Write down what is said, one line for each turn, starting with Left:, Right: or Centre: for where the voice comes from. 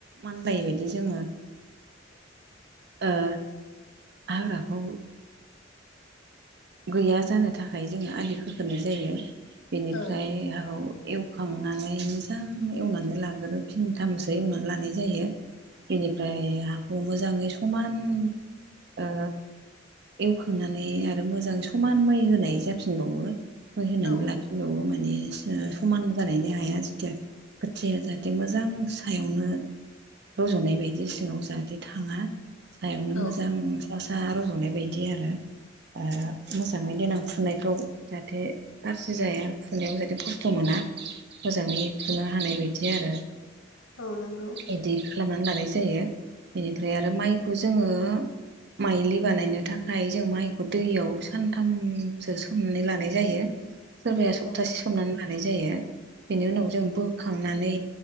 Right: मानलायिबायदि जोङो ओ हाग्राखौ गैया जानो थाखाय जोङो आलि खोग्रोनाय जायो। बेनिफ्राय
Left: औ
Right: हागाव एव एवखांनानै मोजां एवनानै लाग्रो फिनथामसो एवनानै लानाय जायो। बेनिफ्राय हाखौ मोजाङै समान ओ एवखांनानै आरो मोजां समान मै होनाय जाफिनबावो मै होनानै
Left: औ
Right: लाफि फनबावो माने समान जानायना हाया जेथिया खोथियाया जाहाथे मोजां सायावनो रज'नाय बायदि सिङाव जाहाथे थाङा। सायावनो
Left: औ
Right: मोजां सा सा रज'नाय बायदि आरो। ओ मोजाङै देनां फुनायफ्राव जाहाथे गाज्रि जाया फुनायाव जाहाथे खस्थ' मोना मोजाङै फुनो हानाय बायदि आरो।
Left: औ नंगौ।
Right: इदि खालामनानै लानाय जायो। बेनिफ्राय आरो माइखौ जोङो माइलि बानायनो थाखाय जों माइखौ दैयाव सानथामसो सोमनानै लानाय जायो सोरबाया सप्तासे
Left: औ
Right: सोमनानै लानाय जायो। बेनि उनाव जों बोखांनानै